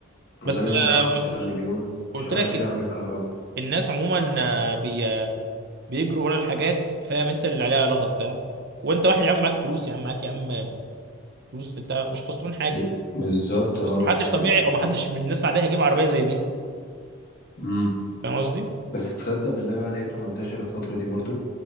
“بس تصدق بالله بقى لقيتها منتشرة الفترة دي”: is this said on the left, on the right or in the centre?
Left